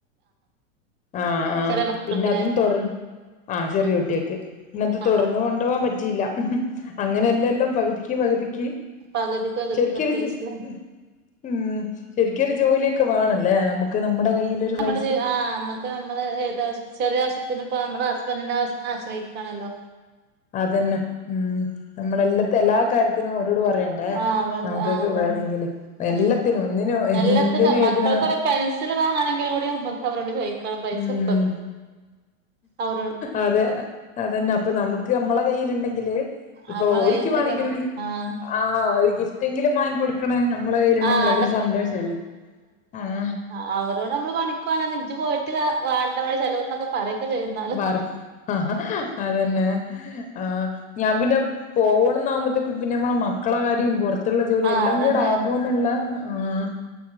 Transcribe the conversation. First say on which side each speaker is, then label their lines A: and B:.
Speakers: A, on the left (about 20°); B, on the right (about 25°).
A: ആഹ് ആഹ്
B: ചെറിയ മക്കൾക്കില്ലേ
A: പിന്നെ അതും തുടർ - ആഹ് ചെറിയകുട്ടിയേൾക്ക് പിന്നത്
B: ആഹ്
A: തുടർന്ന് കൊണ്ടോവാൻ പറ്റിയില്ല അങ്ങനെയെല്ലല്ലാം പകുതിക്ക് പകുതിക്ക്
B: പകുതി പകുതിക്ക്
A: ശരിക്കൊരു
B: നിർത്തിവെച്ചുലെ
A: ഉം ശരിക്കൊരു ജോലിയൊക്കെ വേണല്ലേ നമുക്ക് നമ്മുടെ കയ്യിലൊരു വ-
B: ഒരു ആ നമ്മുക്ക് നമ്മളെ ഏത് ചെറിയ ആവശ്യത്തിനിപ്പൊ നമ്മള് ഹസ്ബന്റിനെ ആശ്ര ആശ്രയിക്കാണല്ലോ
A: അതന്നെ ഉം നമ്മളല്ലത്തെ എല്ലാ കാര്യത്തിനും ഒരോട് പറയണ്ടേ
B: ആഹ് അവരോട്
A: നമുക്കൊക്കെ
B: ആഹ്
A: വേണങ്കില്
B: ഉം
A: എല്ലാത്തിനും ഒന്നിനും
B: എല്ലാത്തിനും
A: എന്തിനും ഏതിനും
B: മക്കൾക്കൊരു പെൻസിൽ വാങ്ങാണെങ്കിലുകൂടി നമുക്ക് അവരോട് ചോയിക്കണം പൈസണ്ടോ
A: ഉം
B: അവരോട്
A: അതേ അതന്നെ അപ്പൊ നമുക്ക് നമ്മളെ കയ്യില്ണ്ടെങ്കില് ഇപ്പൊ
B: നമ്മളെ
A: ഓര്ക്കുവാണെങ്കിലൊരു
B: കയ്യിലുണ്ടെങ്കി നമ്മ ആഹ്
A: ആഹ് ഒരു ഗിഫ്റ്റെങ്കിലും വാങ്ങിക്കൊടുക്ക്ണ ഞമ്മള കയ്യിലുണ്ടെങ്കില്
B: ആഹ്
A: അതൊരു സന്തോഷല്ലേ ആഹ്
B: ആ ഓരോടമ്മള് പണിക്കോവാന്ന് ഇഞ്ച് പോയിട്ട് വാണ്ട ഇവടെചെലവിന്നൊക്കെ പറയൊക്കെ ചെയ്യും ന്നാലും
A: വർ ആഹ് അതന്നെ ആഹ് ഞാൻ പിന്നെ പോണംന്നാവുമ്പത്തേക്ക് പിന്നെ നമ്മളെ മക്കളെ കാര്യം പുറ ത്തുള്ള ജോലി
B: ആഹ്
A: എല്ലാംകൂടെ
B: അതന്നെ
A: ആവോന്നുള്ള ആഹ്